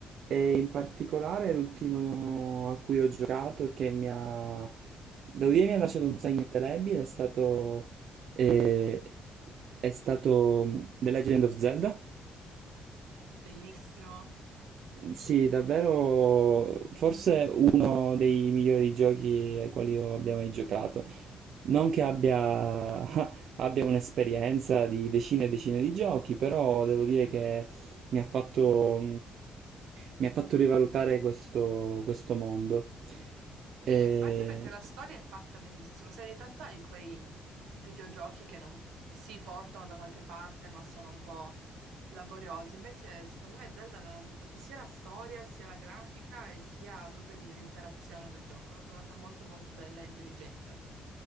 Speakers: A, on the right (about 65°); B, on the right (about 85°).
A: e in particolare l'ultimo a cui ho giocato e che mi ha, devo dire, mi ha lasciato un segno indelebile è stato, eh, è stato mm, The Legend of Zelda.
B: Bellissimo.
A: Sì, davvero forse uno dei migliori giochi ai quali io abbia mai giocato. Non che abbia, <laughs> abbia un'esperienza di decine e decine di giochi, però devo dire che mi ha fatto, mi ha fatto rivalutare questo, questo mondo. E
B: Sì, ma anche perché la storia è fatta benissimo. Sai, ogni tanto hai quei videogiochi che non si portano da qualche parte, ma sono un po' laboriosi. Invece, secondo me, Zelda l'hanno fatta sia la storia, sia la grafica e sia proprio l- l'interazione nel gioco. L'ho trovata molto, molto bella e intelligente.